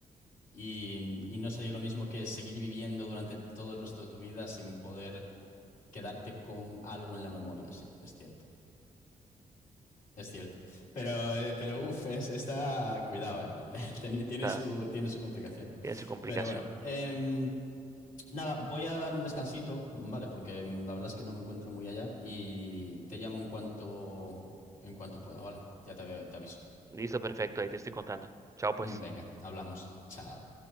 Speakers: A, on the left (about 65°); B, on the right (about 20°).
A: Y, y no sería lo mismo que seguir viviendo durante todo el resto de tu vida sin poder quedarte con algo en la memoria, sí, es cierto, es cierto. Pero, eh, pero uff, es, está, cuidado, eh. <laughs> Tiene, tiene
B: Está,
A: su, tiene su complicación.
B: tiene su complicación.
A: Pero bueno, em, Nada, voy a dar un descansito, vale, porque mm, la verdad es que no me encuentro muy allá y te llamo en cuanto en cuanto pueda, vale. Ya te, te aviso.
B: Listo, perfecto, ahí te estoy contando. Chao, pues.
A: Mm, Venga, hablamos. Chao.